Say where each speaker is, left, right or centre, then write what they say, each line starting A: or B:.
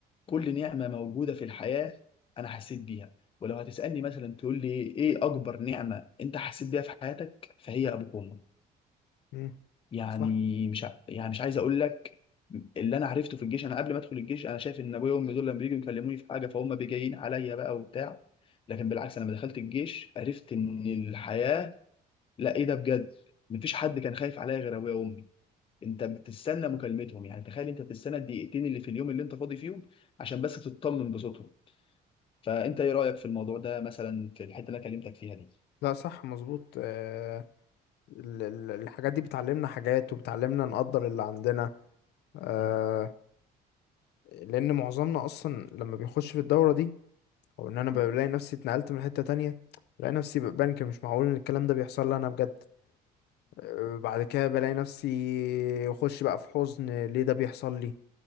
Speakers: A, on the left (about 30°); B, on the left (about 80°).
A: كل نعمه موجوده في الحياه انا حسيت بيها ولو هتسالني مثلا تقول لي ايه اكبر نعمه انت حسيت بيها في حياتك فهي ابوك وامك
B: مم.
A: يعني
B: صح
A: مش ع- يعني مش عايز اقول لك اللي انا عرفته في الجيش انا قبل ما ادخل الجيش انا شايف ان ابويا وامي دول لما بييجوا يكلموني في حاجه فهم بيجيين عليا بقى وبتاع لكن بالعكس انا لما دخلت الجيش عرفت ان الحياه لا ايه ده بجد مفيش حد كان خايف عليا غير ابويا وامي انت بتستنى مكالمتهم يعني تخيل انت بتستنى الدقيقتين اللي في اليوم اللي انت فاضي فيهم عشان بس تطمن بصوتهم فانت ايه رايك في الموضوع ده مثلا في الحته اللي انا كلمتك فيها دي
B: لا صح مظبوط آه، ال- ال- الحاجات دي بتعلمنا حاجات وبتعلمنا نقدر اللي عندنا آه،
A: م-
B: لأن معظمنا أصلا لما بيخش في الدورة دي او ان انا
A: م-
B: بلاقي نفسي اتنقلت من حتة تانية بلاقي نفسي بنك مش معقول ان الكلام ده بيحصل لي انا بجد أه، بعد كده بلاقي نفسي اخش بقى في حزن ليه ده بيحصل لي